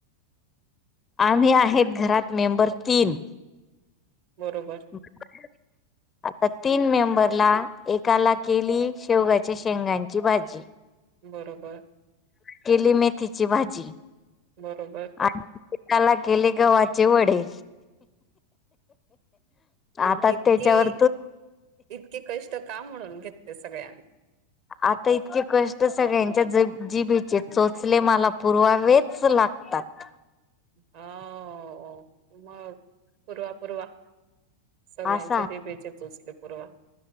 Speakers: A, on the left; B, on the right.
A: आम्ही आहेत घरात मेंबर तीन.
B: बरोबर!
A: <unintelligible> आता तीन मेंबरला एकाला केली शेवगाच्या शेंगांची भाजी.
B: बरोबर!
A: केली मेथीची भाजी.
B: बरोबर!
A: आणि त त्याला केले गव्हाचे वडे. आता
B: इतकी
A: त्याच्यावर
B: इतके कष्ट का म्हणून घेत सगळ्यांनी.
A: आता इतके कष्ट सगळ्यांच्या ज जिभेचे चोचले मला पुर्वावेच लागतात.
B: हा मग. पूर्वा पूर्वा सगळ्यांचे
A: असा
B: जिभेचे चोचले पूर्वा.